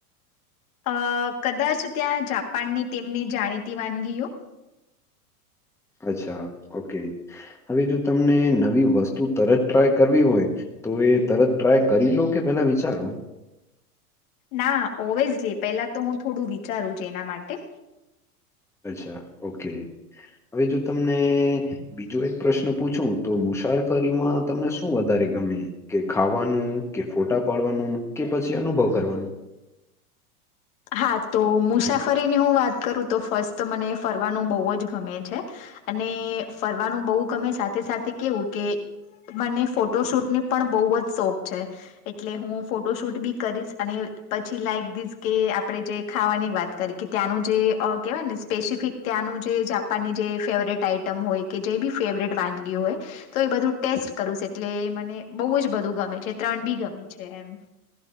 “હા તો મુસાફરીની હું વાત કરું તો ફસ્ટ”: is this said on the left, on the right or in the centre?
Left